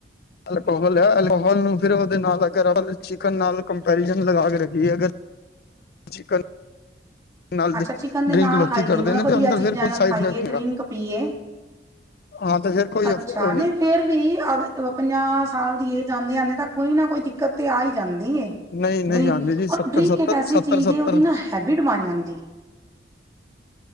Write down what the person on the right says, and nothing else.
ਅੱਛਾ
ਚਿਕਨ ਦੇ ਨਾਲ
ਖਾਈਏ
ਮਤਲਬ
ਵਧੀਆ
ਚੀਜ਼ਾਂ
ਨਾਲ
ਖਾਈਏ
ਡਰਿੰਕ
ਪੀਏ।
ਅੱਛਾ
ਨਹੀਂ
ਫੇਰ ਵੀ ਅਗਰ ਪੰਜਾਹ ਸਾਲ ਦੀ ਏਜ ਆਂਦੇ-ਆਦੇ ਤਾਂ ਕੋਈ ਨਾ ਕੋਈ ਦਿੱਕਤ ਤੇ ਆਈ ਜਾਂਦੀ ਏ।
ਡਰਿੰਕ
ਔਰ ਡਰਿੰਕ
ਇੱਕ ਐਸੀ
ਚੀਜ਼
ਉਹਦੀ ਨਾ ਹੈਬਿਟ ਬਣ ਜਾਂਦੀ।